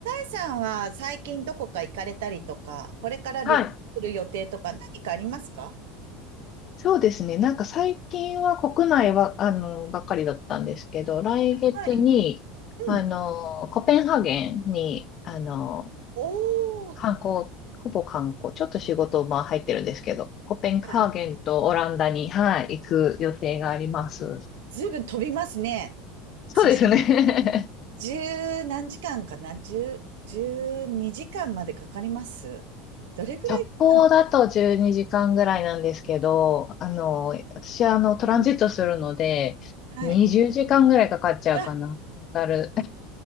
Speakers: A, on the right; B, on the left.
A: さんは最近どこか行かれたりとか、これから旅行する予定とか何かありますか
B: はい。そうですね。なんか最近は国内は、あの、ばっかりだったんですけど、来月に、
A: はい。
B: あの、
A: うん。
B: コペンハーゲンに、あの、
A: おー、
B: 観光、ほぼ観光、ちょっと仕事、まあ入ってるんですけど、コペンハーゲンとオランダに、
A: あら
B: はい、行く予定があります。
A: ずいぶん飛びますね。
B: そうですね。
A: そして、十何時間かな十、十二時間までかかりますどれぐらいなんだ
B: <laughs> 直行だと12時間ぐらいなんですけど、あの、私はあの、トランジットするので、
A: はい。
B: 20時間ぐらいかかっちゃうかな。
A: いや、
B: トータル